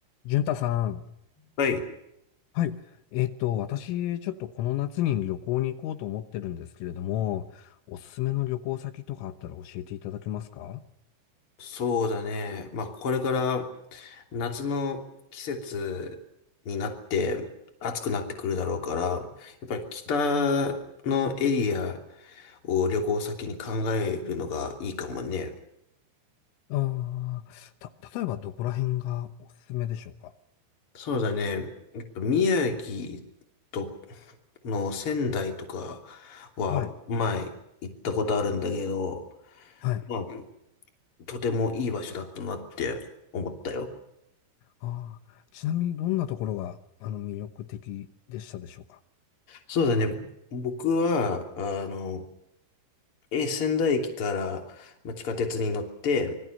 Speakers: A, on the left; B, on the left.
A: 潤太さん。
B: はい。
A: はい。えっと、私、ちょっとこの夏に旅行に行こうと思ってるんですけれども、おすすめの旅行先とかあったら教えていただけますか
B: そうだね。まあ、これから夏の季節になって暑くなってくるだろうから、やっぱり北のエリアを旅行先に考えるのがいいかもね。
A: ああー、た、例えばどこら辺がおすすめでしょうか
B: そうだね。やっぱ宮城との仙台とかは前行ったことあるんだけど、
A: はい。はい。
B: まあ、とてもいい場所だったなって思ったよ。
A: ああ、ちなみにどんなところが、あの、魅力的でしたでしょうか
B: そうだね。僕は、あの、え、仙台駅から、まあ、地下鉄に乗って、